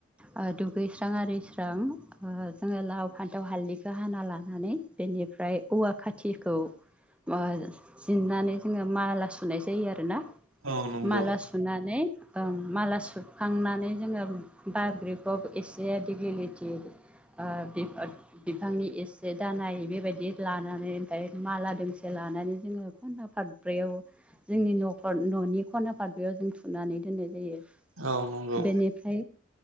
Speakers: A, in the centre; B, on the right.
A: ओ दुगैस्रां आरि स्रां ओ जोङो लाव फान्थाव हाल्दैखौ हाना लानानै बे बेनिफ्राय औवा खाथिखौ ओ जिन्नानै जोङो माला सुनाय जायो आरोना
B: औ नंगौ
A: माला सुनानै ओ माला सुखांनानै जोङो बाग्रिकब एसे दिगलिलिथि ओ बिफांनि एसे दालाय लाना बेबायदि लानानै ओमफ्राय माला दोंसे ला लानानै जोङो खुन्था फाथब्रैयाव जोंनि न'खर न'नि खना फारब्रैयाव जों थुनानै दोन्नाय जायो।
B: औ नंगौ
A: बेनिफ्राय